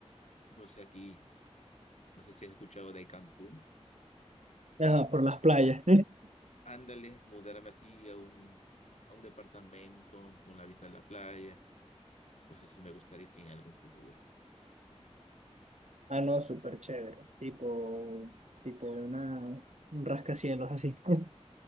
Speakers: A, on the left; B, on the right.
A: no sé aquí, no sé si has escuchado de Cancún.
B: ah, por las playas.
A: Ándale, mudarme así a un, a un departamento con la vista a la playa. Pues eso me gustaría sí, en algún futuro.
B: Ah, no, súper chévere. Tipo, tipo una, un rascacielos así, <laughs>